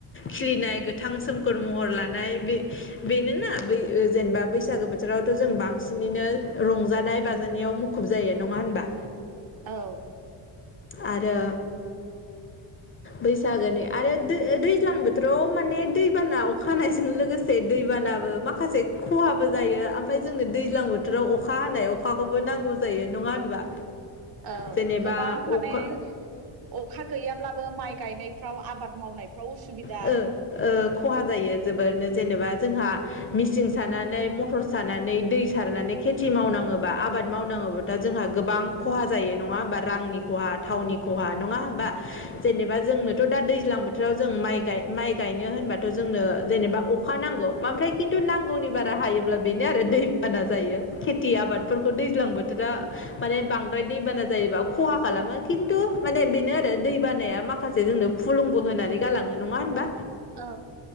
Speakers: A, on the left; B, on the right.
A: खिलिनाय गोथां सोमखोर महर लानाय बे बेनोना बै जेनेबा बैसागु बैसागो बोथोरावथ' जों बांसिनैनो रंजानाय बाजानायाव मुखुब जायो नङा होनबा।
B: औ
A: आरो बैसागोनि आरो दैज्लां बोथोराव माने दैबाना अखानायजों लोगोसे दैबानाबो माखासे खहाबो जायो ओमफ्राय जोंनो दैज्लां बोथोराव अखा हानाय अखा खौबो नांगौ जायो नङा होनबा।
B: औ
A: जेनेबा
B: गोबां माने
A: अखा
B: अखा गैयाब्लाबो माइ गायनायफ्राव आबाद मावनायफ्राव उसुबिदा।
A: ओ खहा जायो जोबोरनो जेनेबा जोंहा मिसिं सानानै मथर सानानै दै सारनानै खेथि मावनाङोबा आबाद मावनाङोबाथा जोंहा गोबां खहा जायो। जायो नङा होमबा रांनि खहा थावनि
B: औ
A: खहा नङा होनबा। जेनेबा जोंनोथ दा दैज्लां बोथोराव जों माइ गाय माय गायनो होनबाथ जोंनो जेनेबा अखा अखा नांगौ आमफ्राय किन्तु नांगौनि बारा हायोब्ला बेनो आरो दैबाना जायो खेति आबादफोरखौ दैज्लां बोथोरा माने बां फ्राय दैबाना जायोबा खहा खालामो खिन्थु माने बेनो आरो दैबानाया माखासे जोंनो फुलुंबो होयो। होनानै गालाङो नङा होनबा।
B: औ